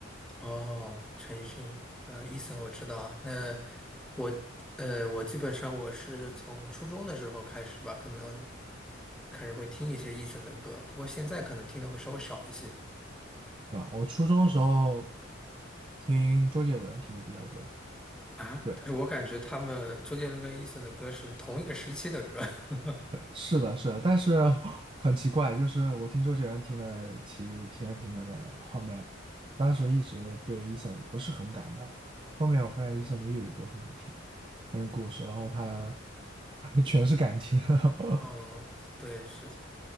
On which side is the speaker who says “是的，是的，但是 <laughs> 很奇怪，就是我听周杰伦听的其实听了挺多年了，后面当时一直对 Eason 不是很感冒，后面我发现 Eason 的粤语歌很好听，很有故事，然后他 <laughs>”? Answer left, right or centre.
Right